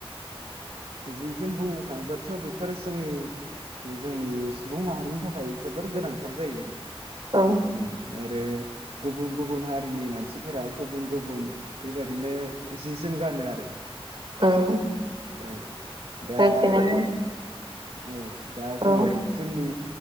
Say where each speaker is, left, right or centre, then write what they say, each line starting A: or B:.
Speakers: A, on the right (about 80°); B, on the right (about 50°).
A: जि जोम बुंनो थांङोबथ' बेफोर जोंनि जोंनि सुबुं माहारिनि थाखाय जोबोर गोनांथार जायो ।
B: औ
A: आरो गुबुन गुबुन हारिनि मानसिफोरा गुबुन गुबुन बेबायदिनो जि - जोम गानो आरो
B: उम
A: औ
B: <unintelligible>
A: दा औ दा जोंङो
B: औ
A: जोंनि